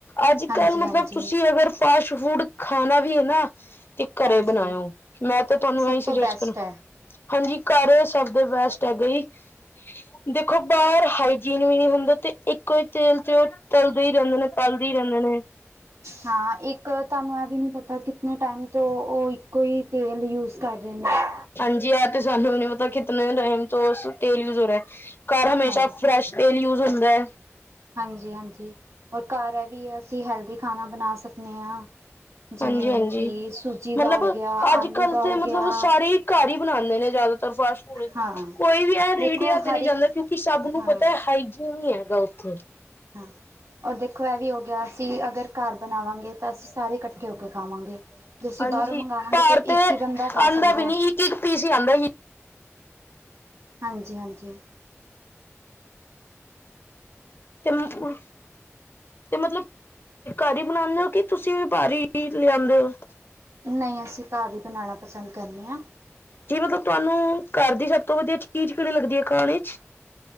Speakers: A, on the left (about 50°); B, on the right (about 85°).
A: ਅੱਜ-
B: ਹਾਂਜੀ
A: ਕੱਲ੍ਹ ਮਤਲਬ
B: ਹਾਂਜੀ
A: ਤੁਸੀਂ ਅਗਰ ਫਾਸਟ ਫੂਡ ਖਾਣਾ ਵੀ ਹੈ ਨਾ ਤੇ ਘਰੇ
B: ਹਾਂਜੀ
A: ਬਣਾਇਓ, ਮੈਂ ਤਾਂ ਤੁਹਾਨੂੰ
B: ਸਭ
A: ਇਹੀ ਸੁਜੈਸਟ
B: ਤੋਂ ਬੈਸਟ
A: ਕਰਾਂ,
B: ਹੈ
A: ਹਾਂਜੀ ਘਰ ਸਭ ਦੇ ਬੈਸਟ ਹੈਗਾ ਜੀ, ਦੇਖੋ ਬਾਹਰ ਹਾਈਜੀਨ ਵੀ ਨਹੀਂ ਹੁੰਦਾ, ਤੇ ਇੱਕ ਇਕੋ ਈ ਤੇਲ ਚ ਉਹ ਤਲਦੇ ਹੀ ਰਹਿੰਦੇ ਨੇ, ਤਲਦੇ ਹੀ ਰਹਿੰਦੇ ਨੇ।
B: ਹਾਂ, ਇੱਕ ਤੁਹਾਨੂੰ ਇਹ ਵੀ ਨੀ ਪਤਾ, ਕਿਤਨੇ ਟਾਈਮ ਤੋਂ ਉਹ ਇੱਕੋ ਹੀ ਤੇਲ ਯੂਜ ਕਰ ਰਹੇ ਨੇ।
A: ਹਾਂਜੀ ਆਹ ਤੇ ਸਾਨੂੰ ਵੀ ਨੀ ਪਤਾ, ਕਿਤਨੇ ਟਾਈਮ ਤੋਂ ਤੇਲ ਵੀ ਯੂਜ਼ ਹੋ ਰਹਾ। ਘਰ ਹਮੇਸ਼ਾ
B: ਹਾਂ
A: ਫਰੈਸ਼ ਤੇਲ ਯੂਜ ਹੁੰਦਾ।
B: ਹਾਂਜੀ-ਹਾਂਜੀ, ਔਰ ਘਰ ਐਹ ਵੀ ਅਸੀਂ ਹੈਲਦੀ ਖਾਣਾ ਬਣਾ ਸਕਦੇ ਆਂ। ਜਿਵੇਂ
A: ਹਾਂਜੀ ਹਾਂਜੀ
B: ਕਿ ਸੂਜੀ ਦਾ
A: ਮਤਲਬ
B: ਹੋ ਗਿਆ,
A: ਅੱਜ
B: ਆਲੂ
A: ਕੱਲ
B: ਦਾ ਹੋ
A: ਤੇ ਮਤਲਬ
B: ਗਿਆ।
A: ਸਾਰੇ ਹੀ ਘਰ ਹੀ ਬਣਾਂਦੇ ਨੇ ਜ਼ਿਆਦਾਤਰ ਫਾਸਟ
B: ਹਾਂ
A: ਕੋਈ ਵੀ ਇਹ ਰੇਡੀਆਂ
B: ਦੇਖੋ
A: ਤੇ
B: ਹਰ
A: ਨਹੀਂ
B: ਇੱਕ
A: ਜਾਂਦਾ, ਕਿਉਂਕਿ ਸਭ ਨੂੰ
B: ਹਾਂ
A: ਪਤਾ ਹਾਈਜੀਨ ਹੀ ਹੈਗਾ ਉੱਥੇ।
B: ਹੂੰ, ਔਰ ਦੇਖੋ ਇਹ ਵੀ ਹੋ ਗਿਆ, ਅਸੀਂ ਅਗਰ ਘਰ ਬਣਾਵਾਂਗੇ, ਤਾਂ ਅਸੀਂ ਸਾਰੇ ਇਕੱਠੇ ਹੋ ਕੇ ਖਾਵਾਂਗੇ। ਜੇ ਅਸੀਂ
A: ਹਾਂਜੀ
B: ਬਾਹਰੋਂ ਮੰਗਾਵਾਵਾਂਗੇ
A: ਭਾਰ
B: ਤਾਂ ਉਹ
A: ਤੇ
B: ਇੱਕ ਹੀ ਬੰਦਾ ਖਾ
A: ਆਉਂਦਾ
B: ਸਕਦਾ
A: ਵੀ ਨੀ ਇੱਕ ਇੱਕ ਪੀਸ ਹੀ ਆਉਂਦਾ ਸੀ
B: ਹਾਂਜੀ- ਹਾਂਜੀ
A: <inaudible> ਤੇ ਮਤਲਬ ਘਾਹ ਹੀ ਬਣਾਉਂਦੇ ਹੋ ਕਿ ਤੁਸੀਂ ਵੀ ਬਾਹਰ ਲਿਆਂਦੇ ਹੋ
B: ਨਹੀਂ ਅਸੀਂ ਘਰ ਹੀ ਬਣਾਉਣਾ ਪਸੰਦ ਕਰਨੇ ਹਾਂ
A: ਜੀ ਮਤਲਬ ਤੁਹਾਨੂੰ ਘਰ ਦੀ ਸਭ ਤੋਂ ਵਧੀਆ ਚੀਜ਼ ਕਿਹਣੀ ਲੱਗਦੀ ਹੈ ਖਾਣ ਚ